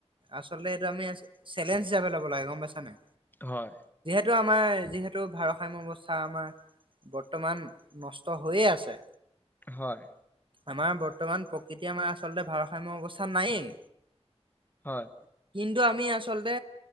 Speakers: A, on the right; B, on the left.
A: আচলতে এইটো আমি চেলেঞ্জ হিচাপে লব লাগে গম পাইছা নাই?
B: হয়।
A: এইটো আমাৰ যিহেতু ভাৰসাম্য অৱস্থা আমাৰ বৰ্তমান নষ্ট হৈয়ে আছে।
B: হয়।
A: আমাৰ বৰ্তমান প্ৰকৃতি আমাৰ আচলতে ভাৰসাম্য অৱস্থাত নায়েই।
B: হয়।
A: কিন্তু আমি আচলতে,